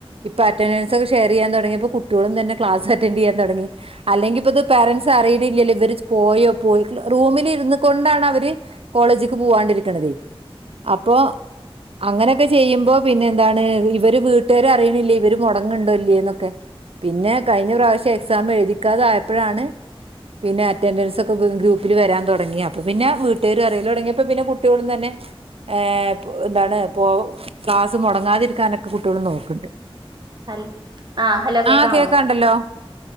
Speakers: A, on the right (about 70°); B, on the right (about 50°).
A: ഇപ്പ അറ്റന്റൻസ് ഒക്കെ ഷെയർ ചെയ്യാൻ തൊടങ്ങിയപ്പൊ കുട്ടികളും തന്നെ ക്ലാസ് അറ്റന്റ് ചെയ്യാ തൊടങ്ങി അല്ലെങ്കിപ്പത് പാരന്റ്സ് അറിയണില്ലല്ലോ ഇവര് ച് പോയോ പോയിക്ക്ള് റൂമിലി ര്ന്ന് കൊണ്ടാണ് അവര് കോളേജിക്ക് പോവാണ്ടിരിക്കണത് അപ്പോ അങ്ങനെയൊക്കെ ചെയ്യുമ്പൊ പിന്നെന്താണ് ഇവര് വീട്ട് രറീണില്ലെ ഇവര് മൊടങ്ങ്ണ്ണ്ടോ ഇല്ലേന്നൊക്കെ പിന്നെ കഴിഞ്ഞ പ്രാവശ്യം എക്സാമെഴ്തിക്കാത ആയപ്പഴാണ് പിന്നെ അറ്റൻഡൻസൊക്കെ ഗ്രൂപ്പില് വരാൻ തൊ തൊടങ്ങി അപ്പൊ പിന്നെ വീട്ടേരു അറീലൊടങ്ങീപ്പൊ പിന്നെ കുട്ടീളും തന്നെ ഏ പൊ ന്താണ് പോ ക്ലാസ് മൊടങ്ങാതിരിക്കാനൊക്കെ കുട്ടീള് നോക്ക്ണ്ണ്ട്
B: ഹൽ ആഹ് ഹലോ കേക്കാമോ
A: ആ കേക്കാണ്ടല്ലൊ